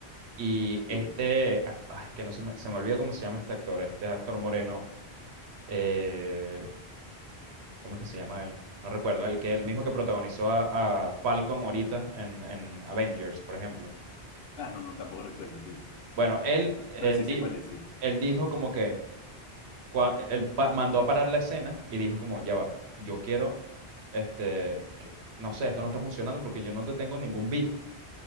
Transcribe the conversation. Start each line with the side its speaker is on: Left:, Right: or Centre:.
Right: y este,
Left: sí.
Right: act- ay, que no se me, se me olvida cómo se llama este actor, este actor moreno. eh, ¿Cómo es que se llama él? No recuerdo. El que el mismo que protagonizó a, a Falcon ahorita en, en Avengers, por ejemplo.
Left: Ah, no, no, tampoco recuerdo, sí.
Right: Bueno, él,
Left: Pe-
Right: eh,
Left: Pero, sí
Right: di-
Left: sé cuál es, sí.
Right: él dijo como que cua- él pa- mandó a parar la escena y dijo como, ya va, yo quiero, este, que- no sé, esto no está funcionando porque yo no te tengo ningún beef.